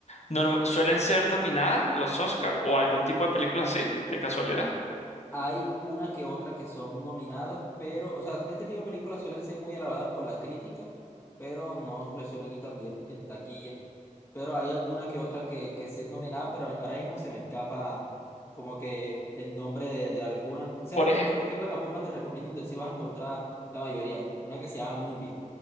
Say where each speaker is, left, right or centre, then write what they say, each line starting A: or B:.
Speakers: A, on the left; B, on the left.
A: norm- suelen ser nominadas a los Oscar o algún tipo de película así, de casualidad?
B: Hay una que otra que son nominadas, pero, o sea, este tipo de películas suelen ser muy alabadas por la crítica, pero no le suelen ir tan bien en taquilla. Pero hay alguna que otra que, que sí es nominada, pero ahora mismo se me escapa como que el nombre de, de alguna. ¿Sabes
A: Por ejemplo,
B: qué, pa- qué plataforma te recomiendo donde sí vas a encontrar la mayoría? Una que se llama Movie.